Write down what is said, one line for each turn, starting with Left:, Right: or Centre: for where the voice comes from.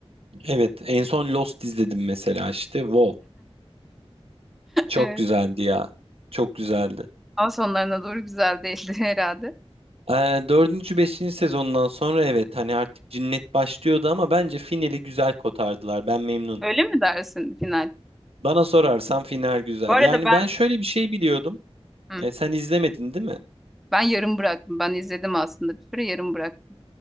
Right: Evet, en son Lost izledim mesela işte. Wow, çok
Centre: Evet.
Right: güzeldi ya. Çok güzeldi.
Centre: Ama sonlarına doğru güzel değildi <laughs> herhalde.
Right: Ee, dördüncü, beşinci sezondan sonra evet hani artık cinnet başlıyordu ama bence finali güzel kotardılar. Ben memnunum.
Centre: Öyle mi dersin final?
Right: Bana sorarsan final güzel.
Centre: Bu arada
Right: Yani
Centre: ben
Right: ben şöyle bir şey biliyordum.
Centre: hı,
Right: E, sen izlemedin değil mi?
Centre: ben yarım bıraktım. Ben izledim aslında bir süre yarım bıraktım.